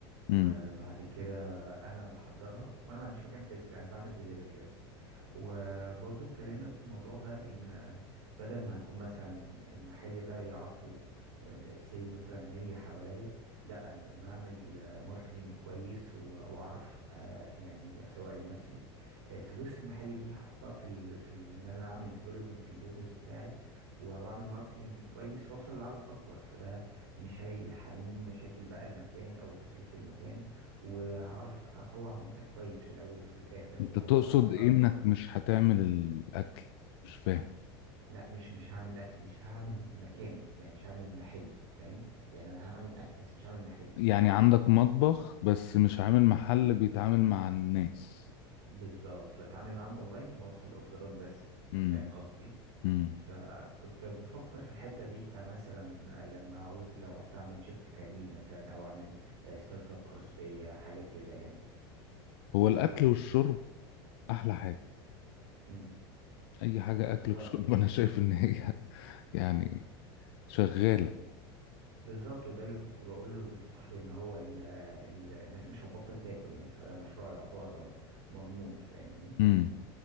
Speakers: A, on the right; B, on the left.
A: وبعد
B: امم
A: كده انا بحضرها وانا ما عنديش مكان فيزيكال انا بعمل دليفري بس وبرضو اتكلمنا في الموضوع ده ان بدل ما هكون مثلا المحل ده يعرفه آه، سي مثلا 100 حواليا لا انا لما اعمل ماركتينج كويس و- واعرف آه، يعني اسوق لنفسي آه، فلوس المحل دي هحطها في ال... في ال- ان انا اعمل ديفلوبمنت البيزنس بتاعي و- واعمل ماركتينج كويس واوصل لعدد اكبر فده مش هيحملني مشاكل بقى المكان او تكلفة المكان وهعرف اطلع منتج كويس في الاول وفي الاخر
B: انت
A: وهوصل
B: تقصد
A: لعدد
B: ايه
A: اكبر
B: انك مش هتعمل الاكل مش فاهم
A: لا مش مش هعمل اكل مش هعمل مكان يعني مش هعمل محل فاهم يعني انا هعمل اكل بس مش هعمل محل
B: يعني عندك مطبخ بس مش عامل
A: ب-
B: محل بيتعامل مع الناس
A: بالظبط بتعامل معاهم اونلاين وبوصل اوردرات بس
B: امم
A: فاهم قصدي
B: امم
A: فكنت بفكر في الحتة دي كمثلا لما عاوز لو عاوز اعمل شيفت كارير مثلا او اعمل ستارت اب خاص بيا حاجة كده يعني
B: هو
A: آه.
B: الاكل والشرب احلى حاجة
A: امم
B: اي حاجة
A: بالظبط
B: اكل وشرب <laughs> انا شايف ان هي يعني شغالة
A: مم. بالظبط وده اللي كنت بقوله لصاحبي ان هو ال ال الناس مش هتبطل تاكل يعني فده مشروع يعتبر مضمون فاهمني
B: امم